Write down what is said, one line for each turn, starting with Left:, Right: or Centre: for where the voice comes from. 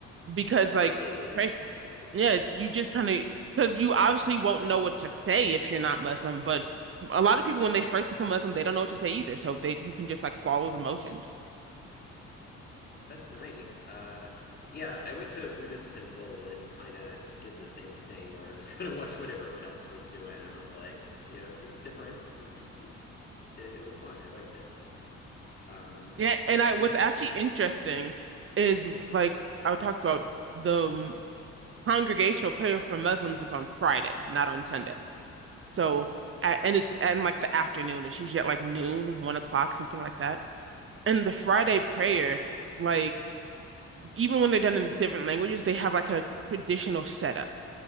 Right: Because like,
Left: Okay, yeah,
Right: pray,
Left: I could do
Right: yeah,
Left: that.
Right: it's you just kind of because you obviously won't know what to say if you're not Muslim. But a lot of people when they first become Muslim, they don't know what to say either. So they you can just like follow the motions.
Left: That's nice. Uh yeah, I went to a Buddhist temple and kind of did the same thing where I just <laughs> kind of watched what everyone else was doing. I was like, you know, this is different. and It's, it, it was fun. I liked it. Um,
Right: Yeah, and I
Left: I
Right: what's
Left: guess.
Right: actually
Left: yeah.
Right: interesting is like I would talk about the congregational prayer for Muslims is on Friday, not on Sunday. So, a- and it's and like the afternoon. It's usually at like noon, one o'clock, something like that. And the Friday prayer, like even when they're done in different languages, they have like a traditional setup.